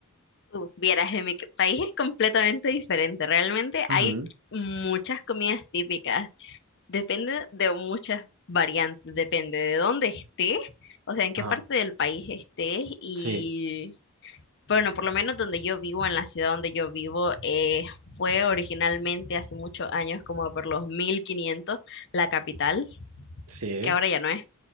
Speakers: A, on the left (about 55°); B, on the right (about 70°).
A: Uf, vieras, en mi c- país es completamente diferente. Realmente
B: Ujú.
A: hay muchas comidas típicas. Depende de muchas variantes, depende de dónde estés, o sea, en qué
B: Ah,
A: parte del país estés y,
B: sí,
A: bueno, por lo menos donde yo vivo, en la ciudad donde yo vivo, eh, fue originalmente hace muchos años, como por los 1500, la capital,
B: sí.
A: que ahora ya no es,